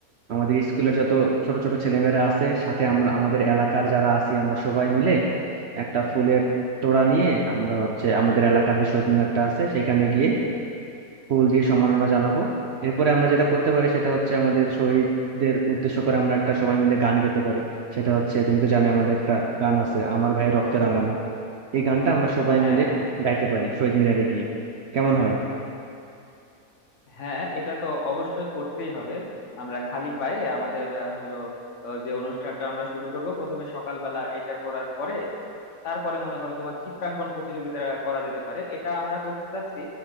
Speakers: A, on the right; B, on the left.
A: আমাদের স্কুলের যত ছোট ছোট ছেলেমেয়েরা আছে সাথে আমরা আমাদের এলাকার যারা আছি আমরা সবাই মিলে একটা ফুলের তোড়া নিয়ে আমরা হচ্ছে আমাদের এলাকার যে শহীদ মিনারটা আছে সেখানে গিয়ে ফুল দিয়ে সম্মাননা জানাবো এরপরে আমরা যেটা করতে পারি সেটা হচ্ছে আমাদের শহীদদের উদ্দেশ্য করে আমরা একটা সবাই মিলে গান গেতে পারি সেটা হচ্ছে তুমি তো জানো আমাদের একটা গান আছে আমার ভাইয়ের রক্তে রাঙানো এই গানটা আমরা সবাই
B: হ্যাঁ
A: মিলে
B: হ্যাঁ
A: গাইতে পারি শহীদ মিনারে গিয়ে কেমন হয়
B: হ্যাঁ এটা তো অবশ্যই করতেই হবে আমরা খালি পায়ে আমাদের আহ, হলো আহ, যে অনুষ্ঠানটা আমরা শুরু করব প্রথমে সকালবেলা এটা করার পরে তারপরে মনে করো তোমার চিত্রাঙ্কন প্রতিযোগিতা করা যেতে পারে এটা আমরা করতে চাচ্ছি